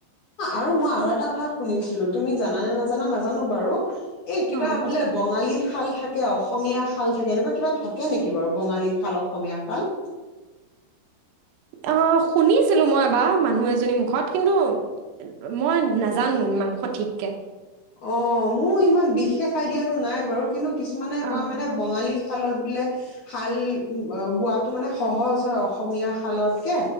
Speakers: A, on the left; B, on the right.
A: আৰু মই। আৰু এটা কথা শুনিছিলো তুমি জানা নে নাজানা নাজানো বাৰু। এই কিবা
B: অঁ কোৱাচোন
A: বোলে বঙালী শাল থাকে অসম অসমীয়া শাল থাকে, এনেকুৱা কিবা থাকে নেকি বাৰু বঙালী শাল অসমীয়া শাল?
B: অ শুনিছিলো মই এবাৰ মানুহ এজনীৰ মুখত কিন্তু মই নাজানো ইমান সঠিক।
A: অ', মোৰ ইমান বিষ। খাই দিয়াতো নাই বাৰু, কিন্তু কিছ মানে কয়
B: অঁ
A: মানে বঙালী শালত বোলে শাল বোৱাটো মানে সহজ হয় অসমীয়া শালতকে।